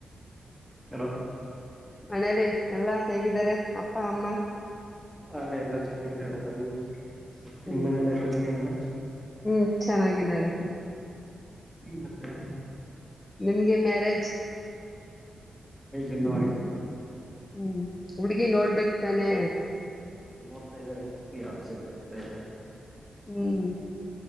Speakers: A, in the centre; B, on the left.
A: ಹಲೋ
B: ಮನೇಲಿ ಎಲ್ಲಾ ಹೇಗಿದ್ದಾರೆ ಅಪ್ಪ ಅಮ್ಮ
A: ಹ ಎಲ್ಲಾ ಚೆನ್ನಾಗಿದರ ಅವರ ನಿಮ
B: ಹ್ಮ್
A: ನಿಮ್ ಮನೇಲಿ ಎಲ್ಲ ಚೆನ್ನಾಗಿದೀರಾ
B: ಹ್ಮ್ ಚೆನ್ನಾಗಿದ್ದಾರೆ
A: ಮತ್ತೆ
B: ನಿಮ್ಗೆ ಮ್ಯಾರೇಜ್
A: ಇನ್ನು ಆಗಿಲ್ಲ
B: ಹ್ಮ್ ಹುಡ್ಗಿ ನೋಡ್ಬೇಕಕ್ ತಾನೆ
A: ನೋಡ್ತಾ ಇದ್ದಾರೆ ಯಾವು ಸೆಟ್ ಆಗ್ತಿಲ್ಲ
B: ಹ್ಮ್